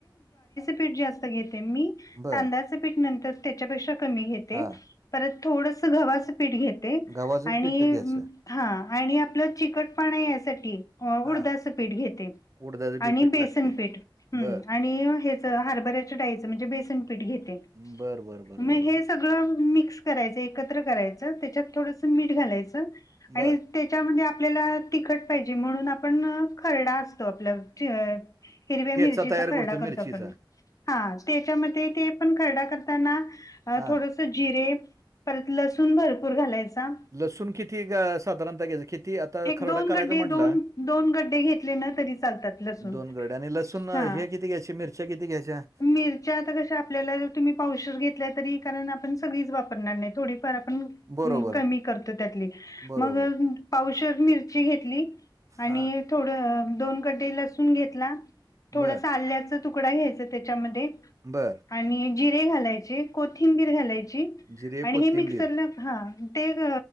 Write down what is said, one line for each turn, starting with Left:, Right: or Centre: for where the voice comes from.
Left: पिठ जास्त घेते मी,
Right: बरं.
Left: तांदळाच पिठ नंतर, त्याच्यापेक्षा कमी घेते,
Right: हां.
Left: परत थोडंस गव्हाच पिठ घे ते
Right: गव्हाचं
Left: आणि
Right: पीठ घ्यायचं.
Left: म हां आणि आपलं चिकटपणा यासाठी ऊड
Right: हां.
Left: दाच पिठ घेते
Right: उडदाचं बी
Left: आणि
Right: पीठ
Left: बेसन
Right: लागते.
Left: पिठ, हम्म
Right: बरं.
Left: आणि हे हरभऱ्याच्या डाळीच, म्हणजे बेसन पिठ घेते,
Right: बर बर बर
Left: मग
Right: बर
Left: हे
Right: बर
Left: सगळ गळ मिक्स करायचं, एकत्र करायचं, त्याच्यात थोडस मीठ घालायचं आणि
Right: बर
Left: त्याच्यामध्ये आपल्याला तिखट पाहिजे, म्हणून आपण खरडा असतो आपला ची हिरव्या
Right: ठेचा
Left: मिरचीचा
Right: तयार
Left: खरडा करतो
Right: मिरचीचा
Left: आपण हां त्याच्यामध्ये ते पण खरडा करताना,
Right: हा
Left: थोड स जिरे, परत लसूण भरपूर घालायचा.
Right: लसूण किती ग साधारणतः घ्यायचं, किती आता
Left: एक
Right: खरडा
Left: दोन
Right: करायचा
Left: गड्डे
Right: म्हटला
Left: दोन दोन गड्डे घेतले ना तरी चालतात लसूण
Right: दोन गरडे आणि लसूण
Left: हा
Right: हे किती घ्यायचे, मिरच्या किती घ्यायच्या?
Left: मिरच्या आता कशा आपल्याला जर तुम्ही पावशर घेतल्या, तरी कारण आपण सगळीच वापरणार नाही थोडी फार
Right: बरोबर
Left: कमी करतो त्यातली,
Right: बरोबर
Left: मग पावशर मिरची घेतली. आणि
Right: हा
Left: थोड दोन गड्डे लसून घेतला, थोडस
Right: बर
Left: आल्याचं तू कडा घ्यायचा त्याच्यामध्ये
Right: बं.
Left: आणि जिरे घालायचे, कोथिंबीर घालायची
Right: जिरे
Left: आणि
Right: कोथिंबीर
Left: हे मिक्सरला हां, ते ग